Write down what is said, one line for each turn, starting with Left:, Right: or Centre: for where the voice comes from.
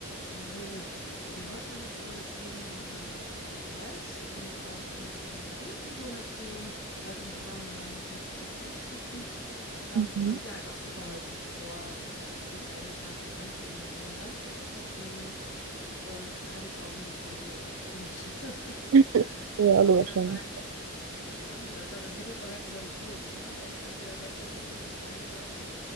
Left: So, wir wollten ja jetzt über das Thema Stress und auch emotionale Dysregulation halt im Zusammenhang mit ADHS sprechen. Ähm,
Right: Mhm.
Left: es kommt ja halt auch super häufig vor und das ist, geht eigentlich Hand in Hand immer miteinander. Mm, Und kann ich auch ein Lied von singen, absolut. <laughs>
Right: <laughs> Ja,
Left: So
Right: alle
Left: mit
Right: wahrscheinlich.
Left: der Zeit, ja, ja, mit der Zeit entwickelt man halt so seine Tools, ne? Ob entweder selbst entwickelt oder beigebracht.